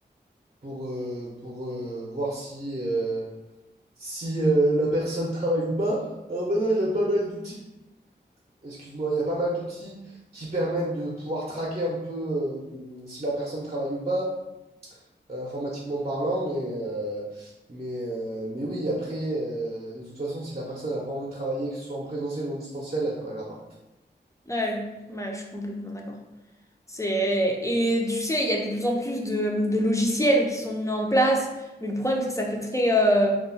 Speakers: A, on the right; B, on the left.
A: pour euh, pour euh, voir si euh, si euh, la personne travaille ou pas. Alors maintenant il y a pas mal d'outils excuse-moi, il y a pas mal d'outils qui permettent de pouvoir traquer un peu euh, si la personne travaille ou pas, euh, informatiquement parlant, mais, euh, mais, euh, mais oui, après, euh, de toute façon, si la personne n'a pas envie de travailler, que ce soit en présentiel ou en distanciel, elle ne travaillera pas.
B: Ouais, ouais, je suis complètement d'accord. C'est... Et tu sais, il y a de plus en plus de, de logiciels qui sont mis en place, mais le problème, c'est que ça fait très euh,